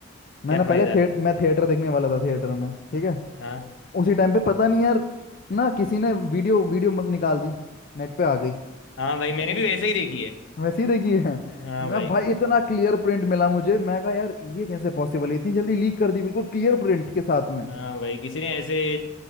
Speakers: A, on the left (about 50°); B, on the left (about 80°).
A: मैं
B: क्या
A: ना पहले
B: फायदा
A: थिएट मैं थिएटर देखने वाला था थिएटर में ठीक है
B: हाँ
A: उसी टाइम पे पता नहीं यार ना किसी ने वीडियो वीडियो म- निकाल दी नेट पे आ गई
B: हाँ भाई
A: मैंने
B: मैंने
A: वो-
B: भी वैसे ही देखी है
A: वैसे ही देखी है
B: हाँ
A: मैं
B: भाई
A: भाई इतना क्लियर प्रिंट मिला मुझे मैं कहा यार ये कैसे पॉसिबल है इतनी जल्दी लीक कर दी बिल्कुल क्लियर प्रिंट के साथ में
B: हाँ भाई किसी ने ऐसे